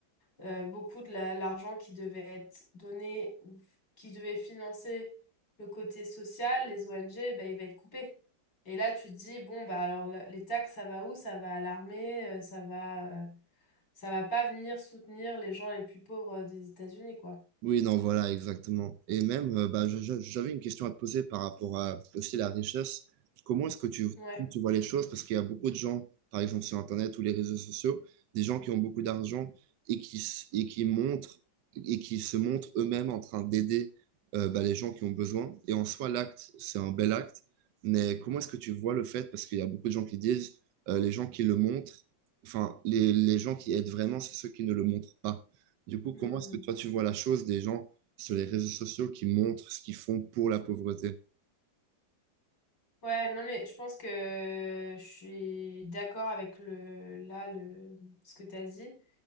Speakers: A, on the left; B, on the right.
A: euh, beaucoup de la- l'argent qui devait être donné ou f- qui devait financer le côté social, les ONG, ben, il va être coupé. Et là, tu te dis, bon, bah, alors la- les taxes, ça va où? Ça va à l'armée, euh, ça va, euh, ça va pas venir soutenir les gens les plus pauvres euh, des États-Unis, quoi.
B: Oui, non, voilà, exactement. Et même, euh, bah, je- je- j'avais une question à te poser par rapport à aussi la richesse. Comment est-ce que tu,
A: Ouais.
B: tu vois les choses? Parce qu'il y a beaucoup de gens, par exemple sur Internet ou les réseaux sociaux, des gens qui ont beaucoup d'argent et qui, s- et qui montrent et qui se montrent eux-mêmes en train d'aider euh, bah, les gens qui ont besoin. Et en soi, l'acte, c'est un bel acte. Mais comment est-ce que tu vois le fait? Parce qu'il y a beaucoup de gens qui disent, euh, les gens qui le montrent, enfin, les, les gens qui aident vraiment, c'est ceux qui ne le montrent pas. Du coup,
A: Hmm.
B: comment est-ce que toi, tu vois la chose des gens sur les réseaux sociaux qui montrent ce qu'ils font pour la pauvreté?
A: Ouais, non, mais je pense que je suis d'accord avec le, là, le, ce que tu as dit.